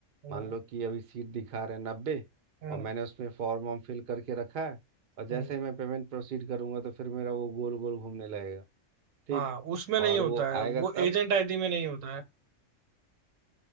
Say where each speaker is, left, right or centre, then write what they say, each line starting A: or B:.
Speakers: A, on the right; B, on the right.
A: हम्म
B: मान लो कि अभी सीट दिखा रहे हैं नब्बे
A: हम्म
B: और मैंने उसमें फॉर्म वॉर्म फिल करके रखा है और जैसे
A: हम्म।
B: ही मैं पेमेंट प्रोसीड करूंगा तो फिर मेरा वो गोल गोल घूमने लगेगा ठीक
A: हाँ उसमें
B: और
A: नहीं होता
B: वो
A: है
B: आएगा
A: वो
B: तब
A: एजेंट आईडी में नहीं होता है